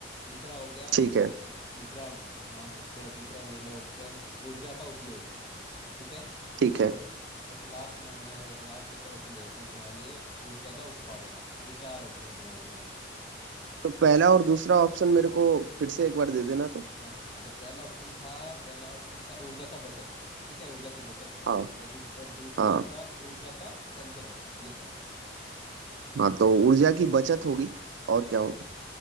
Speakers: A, on the left; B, on the right.
A: तीसरा हो गया
B: ठीक है
A: तो तीसरा मान सकते हैं तीसरा ले लो ऑप्शन ऊर्जा का उपयोग ठीक है
B: ठीक
A: और
B: है
A: और लास्ट मैं लास्ट एक और ऑप्शन दे देता हूँ तुम्हारे लिए ऊर्जा का उत्पादन ये चार ऑप्शन है तुम्हारे पास
B: तो पहला और दूसरा ऑप्शन मेरे को फिर से एक बार दे देना तो
A: अच्छा अच्छा पहला ऑप्शन था पहला ऑप्शन था ऊर्जा का बचत ठीक है ऊर्जा की बचत
B: हाँ
A: और दू, और दूसरा
B: हाँ
A: था ऊर्जा का संचरण ये था
B: हाँ तो ऊर्जा की बचत होगी और क्या होगी